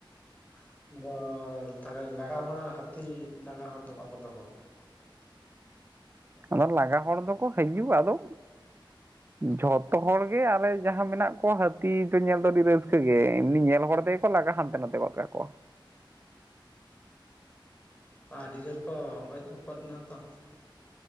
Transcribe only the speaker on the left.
<unintelligible> ᱦᱚᱲᱟ ᱦᱟᱹᱛᱤ ᱞᱟᱜᱟ ᱦᱚᱲ ᱫᱚ ᱵᱟ ᱠᱚ ᱫᱚᱦᱚ ᱟᱠᱟ
ᱚ ᱟᱹᱰᱤ ᱡᱳᱨ ᱠᱚ ᱜᱚᱡ ᱜᱚᱯᱚᱫ ᱮᱱᱟ ᱛᱚ